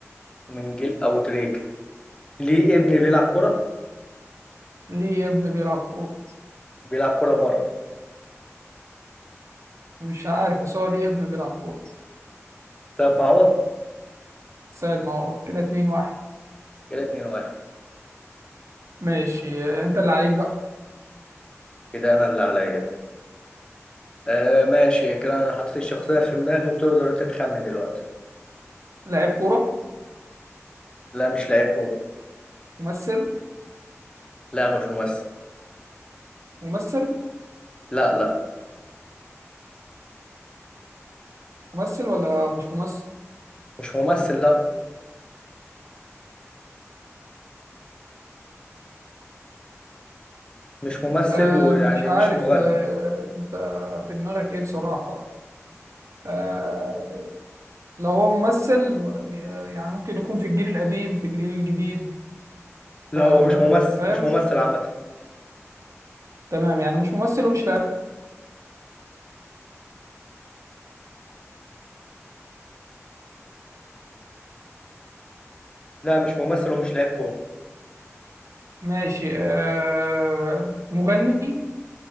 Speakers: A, on the left (about 20°); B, on the right (about 75°).
A: من جيل او تريكة ليه ابني بيلعب كرة
B: ليه يا ابني بيلعب كورة
A: بيلعب كرة بره
B: مش عارف بس هو ليه ابن بيلعب كورة
A: طب معوض
B: سيد معوض كده اتنين واحد
A: كده 2 1
B: ماشي آه، انت اللي عليك بقى
A: كده انا اللي عليا آه ماشي كده انا حطيت الشخصية في دماغي وتقدر انت تخمن دلوقتي
B: لعيب كورة
A: لا مش لعيب كورة
B: ممثل
A: لا مش ممثل
B: ممثل
A: لا لا
B: ممثل ولا مش ممثل
A: مش ممثل لا مش ممثل
B: آه
A: ويعني
B: مش عارف
A: مش مغني
B: آه انت في دماغك ايه بصراحة آه لو هو ممثل آه، يعني ممكن يكون في الجيل القديم في الجيل الجديد
A: لا
B: آه
A: هو مش ممثل
B: فاهم
A: مش ممثل عامة
B: تمام يعني مش ممثل ومش لاعب
A: لا مش ممثل ومش لعيب كورة
B: ماشي آه مغني